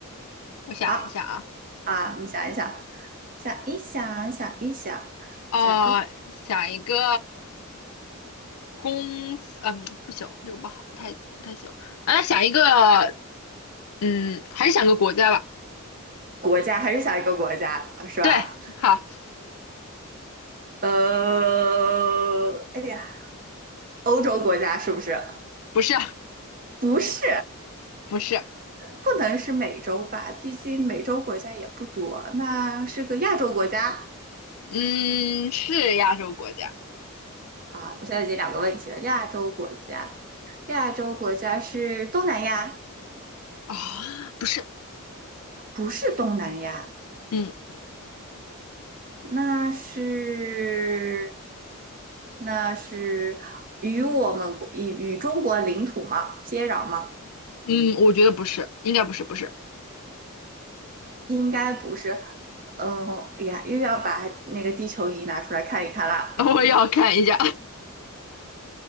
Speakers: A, on the left; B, on the right.
A: 我想一下啊，
B: 好
A: 嗯
B: 啊，你想一想，想一想，想一想，
A: 啊，
B: 想一
A: 想一个公司，嗯，不行，这个不好，不太不太行。啊，那想一个，嗯，还是想个国家吧。
B: 国家还是想一个国家是吧？
A: 对，好，
B: 呃，哎呀，欧洲国家是不是？
A: 不是
B: 不是。
A: 不是，
B: 不能是美洲吧，毕竟美洲国家也不多。那是个亚洲国家
A: 嗯，是亚洲国家
B: 啊，我现在已经两个问题了。亚洲国家，亚洲国家是东南亚，
A: 啊，不是，
B: 不是东南亚，
A: 嗯
B: 那是那是与我们国与与中国领土吗？接壤吗？
A: 嗯，我觉得不是，应该不是不是，
B: 应该不是。嗯、呃呀，又要把那个地球仪拿出来看一看啦，
A: <laughs> 我要看一下，<laughs>